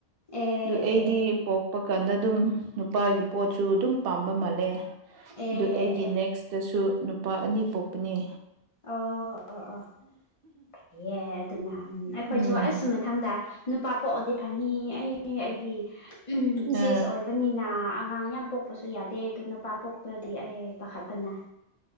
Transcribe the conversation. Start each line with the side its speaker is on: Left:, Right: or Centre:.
Left: ꯑꯦ
Right: ꯑꯗꯨ ꯑꯩꯗꯤ
Left: ꯑꯦ
Right: ꯄꯣꯛ ꯀꯄ ꯀꯥꯟꯗ ꯑꯗꯨꯝ ꯅꯨꯄꯥꯒꯤ ꯄꯣꯠꯁꯨ ꯑꯗꯨꯝ ꯄꯥꯝꯕ ꯃꯥꯜꯂꯦ
Left: ꯑꯦ ꯑꯦ
Right: ꯑꯗꯨ ꯑꯩꯒꯤ
Left: ꯑꯦ ꯑꯦ
Right: ꯀꯤ ꯅꯦꯛꯁꯇꯁꯨ ꯅꯨꯄꯥ ꯑꯅꯤ ꯄꯣꯛꯄꯅꯤ
Left: ꯑꯣ ꯑꯣ ꯑꯣ ꯐꯌꯦꯦ ꯑꯗꯨꯅ ꯑꯩꯈꯣꯏꯁꯨ
Right: ꯎꯝ
Left: ꯑꯁ ꯃꯊꯪꯗ ꯅꯨꯄꯥ ꯄꯣꯛꯑꯗꯤ ꯐꯅꯤ ꯑꯩ ꯑꯩꯗꯤ ꯎꯝ ꯁꯤꯁ
Right: ꯑ
Left: ꯑꯣꯏꯕꯅꯤꯅ ꯑꯉꯥꯡ ꯌꯥꯝ ꯄꯣꯛꯄꯁꯨ ꯌꯥꯗꯦ ꯑꯗꯨ ꯅꯨꯄꯥ ꯄꯣꯛꯇ꯭ꯔꯗꯤ ꯑꯩ ꯄꯥꯈꯠꯄꯅ